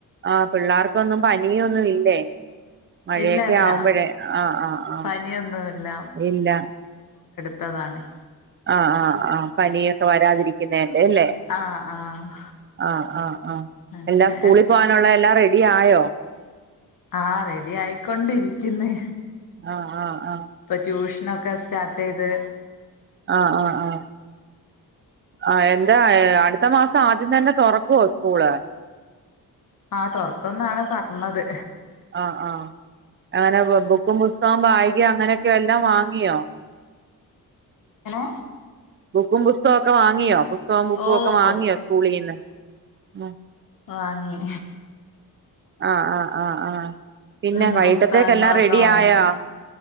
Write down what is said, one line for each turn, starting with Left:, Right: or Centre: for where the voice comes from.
Right: ആഹ് പിള്ളാർക്കൊന്നും പനിയൊന്നും ഇല്ലേ മഴയൊക്കെ
Left: ഇല്ല ഇല്ല
Right: ആവുമ്പഴേ ആഹ് ആഹ് ആഹ്
Left: പനിയൊന്നുമില്ല
Right: ഇല്ല
Left: ട്ടതാണ്.
Right: ആഹ് ആഹ് ആഹ് പനിയൊക്കെ വരാതിരിക്കുന്നേന്റെ ല്ലേ
Left: ആഹ് ആഹ്
Right: ആഹ് ആഹ് ആഹ്
Left: അങ്ങനെ
Right: എല്ലാ സ്കൂളിൽ പോവാനുള്ള എല്ലാം റെഡിയായോ?
Left: ആഹ് റെഡിയായിക്കൊണ്ടിരിക്കുന്ന്
Right: ആഹ് ആഹ് ആഹ്
Left: ഇപ്പൊ ട്യൂഷനൊക്കെ സ്റ്റാർട്ട്യ്ത്
Right: ആഹ് ആഹ് ആഹ് ആഹ് എന്താ അടുത്ത മാസം ആദ്യം തന്നെ തൊറക്കോ സ്കൂള്
Left: ആഹ് തൊറക്കുന്നാണ് പറഞ്ഞത്
Right: ആഹ് ആഹ് അങ്ങനെ ബുക്കും പുസ്തകം ബാഗ് അങ്ങനെയൊക്കെ എല്ലാം വാങ്ങിയോ
Left: ങ്ങനെ
Right: ബുക്കും പുസ്തകമൊക്കെ വാങ്ങിയോ പുസ്തകവും ബുക്കും
Left: ഓഹ്
Right: ഒക്കെ വാങ്ങിയോ സ്കൂളിന്ന് ഉം
Left: വാങ്ങി
Right: ആഹ് ആഹ് ആഹ് ആഹ് പിന്നെ
Left: ഉം
Right: വൈട്ടത്തേക്
Left: പുസ്തകങ്ങളൊക്കെ
Right: എല്ലാം റെഡിയായോ?
Left: വാങ്ങി